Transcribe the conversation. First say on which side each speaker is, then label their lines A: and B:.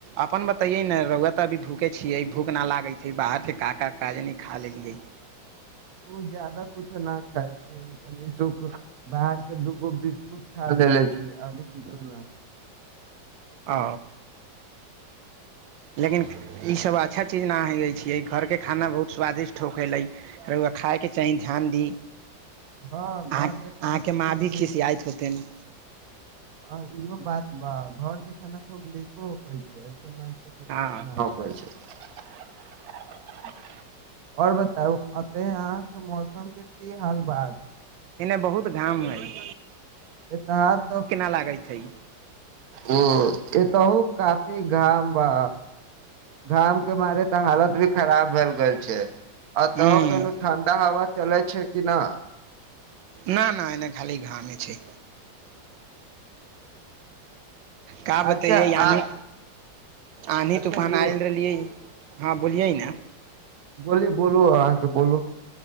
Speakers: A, on the right; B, on the right.
A: अपन बतैये ने र‌उआ तऽ अभी भूखे छियै भूख ना लागैत छै बाहर के काका काज नहि खा लेलियै
B: ओ ज्यादा कुछो न खाइ छै तनी बाहर के दूगो बिस्कुट खा लेले छी अी कुछो ने
A: आ लेकिन ई सब अच्छा चीज नहि होइ छियै घरके खाना बहुत स्वादिष्ट हो गेलै आ र‌उआ खायके चाही ध्यान दी
B: हँ
A: अहाँ
B: घरके
A: अहाँके
B: खाना तऽ
A: माँ
B: खूब
A: भी
B: नीक
A: खिसियाइत होतनि
B: आ इहो बात बा घर के खाना खूब नीको होकै छै ऐसन मे
A: हँ
B: आबै छै आओर बताउ अते अहाँके मौसम के की हाल बा
A: एने बहुत घाम हय
B: एतह अहाँ त
A: लागैत हइ
B: ओ एतहु काफी घाम बा घाम के मारे तऽ हालत भी खराब भेल गेल छै अ
A: हूँ
B: त‌उ के ठण्डा हवा चलै छै कि ना
A: ना ना एने खाली घामे छै का बतैयए
B: अच्छा आ
A: यानि आधी
B: अच्छा
A: तूफान
B: यौ
A: आयल रहलियै हँ बोलियै ने
B: बोली बोलू अहाँके बोलू